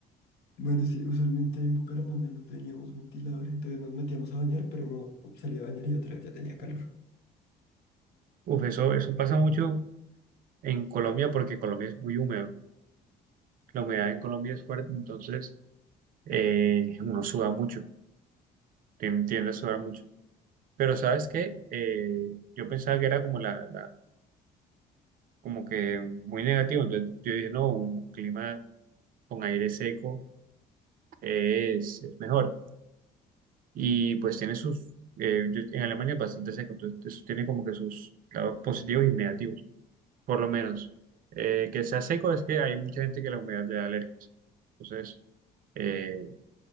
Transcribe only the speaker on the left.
Bueno, sí, usualmente en Bucaramanga no teníamos ventilador, entonces nos metíamos a bañar, pero uno salía a bañar y otra vez ya tenía calor.